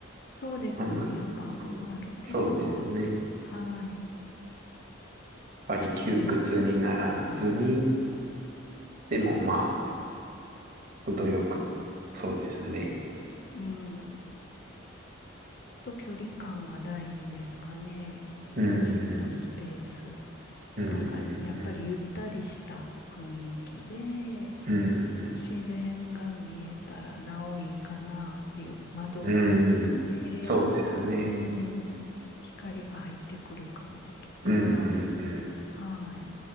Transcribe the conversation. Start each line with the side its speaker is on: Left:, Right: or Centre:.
Left: そうですね。
Right: あんま、
Left: やっぱ、
Right: あんまそうですね。
Left: うん、ある程度、
Right: やっ
Left: はい。
Right: ぱり窮屈にならずに、
Left: 広い。うん
Right: でもまあ、程よく、そうですね。
Left: うん。と、距離感が大事ですかね。
Right: うん、
Left: 個人のスペース
Right: うん、うん、
Left: が、あやっぱりゆったりした雰囲気で、
Right: うん、うん、う
Left: 自然が見えたらなおいいかなっていう窓があって、
Right: ん、うんそうですね。
Left: うん、光が入ってくる感じとか、
Right: うん、うん、うん。
Left: はい、